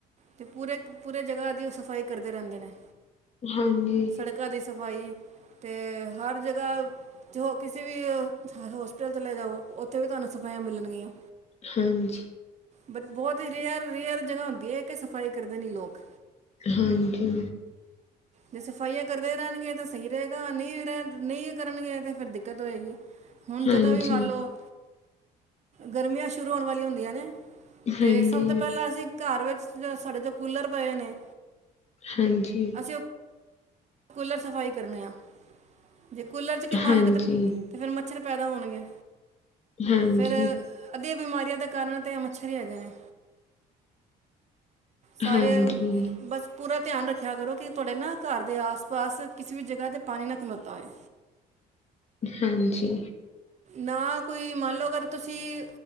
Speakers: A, on the right; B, on the left.
A: ਤੇ ਪੂਰੇ ਪੂਰੇ ਜਗ੍ਹਾ ਦੀ ਉਹ ਸਫਾਈ ਕਰਦੇ ਰਹਿੰਦੇ ਨੇ
B: ਹਾਂਜੀ
A: ਕਣਕਾਂ ਦੀ ਸਫਾਈ ਤੇ ਹਰ ਜਗ੍ਹਾ ਜੋ ਕਿਸੇ ਵੀ ਹੋਸਪਿਟਲ ਕਲੇ ਜਾਓ ਉੱਥੇ ਵੀ ਤੁਹਾਨੂੰ ਸਫਾਈਆਂ ਮਿਲਣਗੀਆਂ
B: ਹਾਂਜੀ
A: ਬਟ ਬਹੁਤ ਹੀ ਰੇਅਰ ਰੇਅਰ ਜਗ੍ਹਾ ਹੁੰਦੀ ਹੈ ਕਿ ਸਫਾਈ ਕਰਦੇ ਨਹੀਂ ਲੋਕ
B: ਹਾਂਜੀ
A: ਜੇ ਸਫਾਈਆਂ ਕਰਦੇ ਰਹਿਣਗੇ ਤਾਂ ਸਹੀ ਰਹੇਗਾ ਨਹੀਂ ਰਹਨ ਨਹੀਂ ਕਰਨਗੇ ਤੇ ਫਿਰ ਦਿੱਕਤ ਹੋਏਗੀ ਹੁਣ
B: ਹਾਂਜੀ,
A: ਜਦੋਂ ਵੀ ਮੰਨ ਲਓ ਗਰਮੀਆਂ ਸ਼ੁਰੂ ਹੋਣ ਵਾਲੀਆਂ ਹੁੰਦੀਆਂ ਨੇ
B: ਹਾਂਜੀ, ਹਾਂਜੀ,
A: ਤੇ ਸਭ ਤੋਂ ਪਹਿਲਾਂ ਅਸੀਂ ਘਰ ਵਿੱਚ ਸਾਡੇ ਤੋਂ ਕੂਲਰ ਪਏ ਨੇ
B: ਹਾਂਜੀ
A: ਅਸੀਂ ਉਹ ਕੂਲਰ ਸਫ਼ਾਈ ਕਰਨੇ ਹਾਂ ਜੇ ਕੂਲਰ ਚ ਕਿ ਮਨ
B: ਹਾਂਜੀ,
A: ਲੋ ਕੀਤੇ ਤੇ ਫਿਰ ਮੱਛਰ ਪੈਦਾ ਹੋਣਗੇ
B: ਹਾਂਜੀ,
A: ਫਿਰ ਅੱਧੀਆਂ ਬਿਮਾਰੀਆਂ ਦਾ ਕਾਰਨ ਤੇ ਇਹ ਮੱਛਰ ਹੈਗੇ ਨੇ ਸਾਰੇ
B: ਹਾਂਜੀ,
A: ਬਸ ਪੂਰਾ ਧਿਆਨ ਰੱਖਿਆ ਕਰੋ ਕਿ ਤੁਹਾਡੇ ਨਾ ਘਰ ਦੇ ਆਸ ਪਾਸ ਕਿਸੇ ਵੀ ਜਗ੍ਹਾ ਤੇ ਪਾਣੀ ਨਾ ਖਲੋਤਾ ਹੋਵੇ
B: ਹਾਂਜੀ
A: ਨਾ ਕੋਈ ਮੰਨ ਲਓ ਅਗਰ ਤੁਸੀਂ